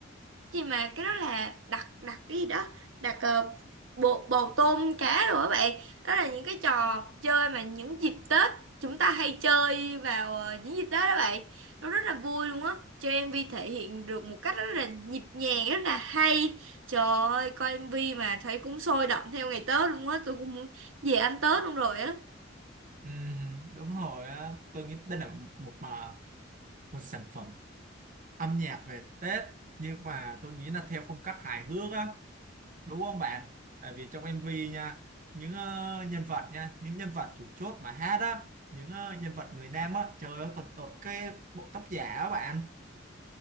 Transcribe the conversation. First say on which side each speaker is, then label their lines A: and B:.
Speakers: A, on the right; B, on the right.
A: gì mà cái đó là đặt đặt cái gì đó đặt ờ, bộ bầu tôm cá rồi các bạn đó là những cái trò chơi mà những dịp Tết chúng ta hay chơi vào ờ, những dịp Tết đó bạn nó rất là vui luôn á cho MV thể hiện được một cách rất là nhịp nhàng rất là hay trời ơi coi MV mà thấy cũng sôi động theo ngày Tết luôn á tôi cũng muốn về ăn Tết luôn rồi á
B: ừ, đúng rồi á tôi nghĩ đây là một mà một sản phẩm âm nhạc về Tết nhưng mà tôi nghĩ là theo phong cách hài hước á đúng không bạn tại vì trong MV nha những ờ, nhân vật nha những nhân vật chủ chốt mà hát á những ờ, nhân vật người nam á trời ơi còn đội cái bộ tóc giả á bạn